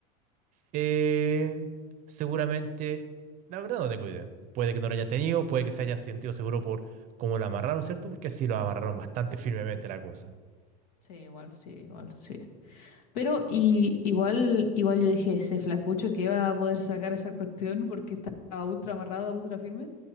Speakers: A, on the right; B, on the left.
A: Eh, seguramente, la verdad no tengo idea. Puede que no lo hayan tenido, puede que se hayan sentido seguro por cómo lo amarraron, ¿cierto? Porque sí lo amarraron bastante firmemente la cosa.
B: Sí, igual, sí, igual, sí. Pero y, igual, igual yo dije, ese flacucho que va a poder sacar esa cuestión porque estaba ultra amarrada, ultra firme.